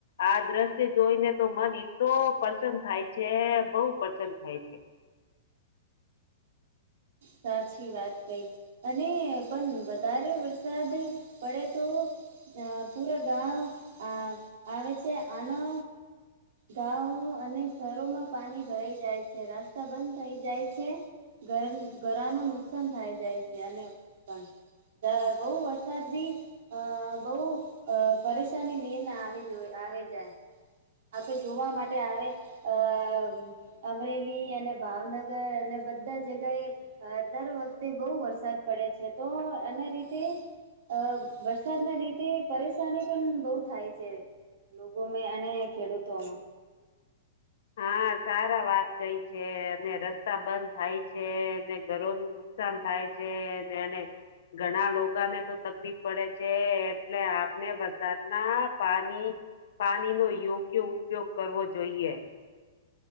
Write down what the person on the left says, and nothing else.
આ દ્રશ્ય જોઈને તો મન ઈત્તો પરસન થાય છે, બઉ પરસન થાય છે.
હા સારા વાત કઈ છે અને રસ્તા બંધ થાય છે અને ઘરોનું નું નુકસાન થાય છેને એને ઘણા લોકાને તો તકલીપ પડે છે એટલે આપને વરસાદ ના પાની પાની નો યોગ્ય ઉપયોગ કરવો જોઈએ.